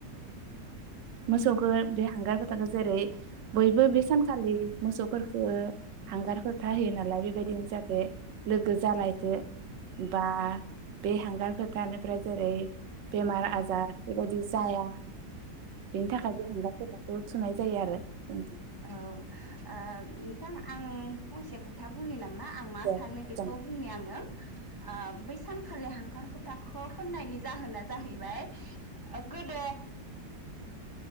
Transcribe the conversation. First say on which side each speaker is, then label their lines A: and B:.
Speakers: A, on the right; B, on the left.
A: मोसौखौ बे हांगारफोथाखो जेरै बयबो बे सानखालि मोसौफोरखो हांगार फोथा होयो नालाय बेबायदिनो जाहाथे लोगो जालायथो बा बे हांगार फोथानिफ्राय जेरै बेमार आजार बेबायदि जाया बेनि थाखाय बे हांगा फोथाखौ थुनाय जायो आरो नोंथां
B: अ आ नोंथां आं फंसेया खोथा बुंनि नामा आं मा
A: दे
B: सानो
A: मोजां
B: बेखौ बुंनि आङो ओ बै सान खालि हांगार फोथाखौ फोननायनि जाहोना जाहैबाय गोदो